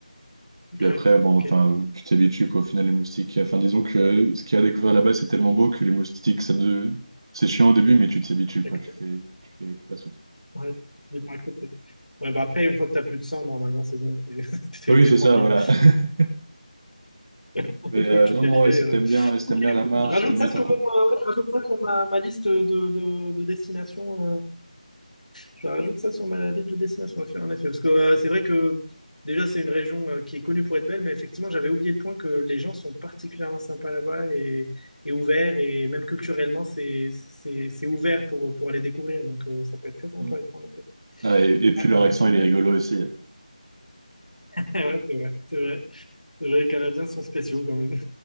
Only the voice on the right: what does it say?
Puis après, bon,
enfin, tu t'habitues, quoi, au final, les moustiques. Enfin, disons que ce qu'il y a à découvert là-bas, c'est tellement beau que les moustiques, ça de... c'est chiant au début, mais tu t'habitues,
quoi. Tu fais, tu fais, tu passes outre.
Oui,
c'est
ça, voilà. <laughs>
Mais
euh,
non,
non,
ouais, si
t'aimes bien, si t'aimes bien
la marche,
si t'aimes bien
être
en
contact.
Mm.
Ah, et, et puis
leur
accent, il est
rigolo aussi.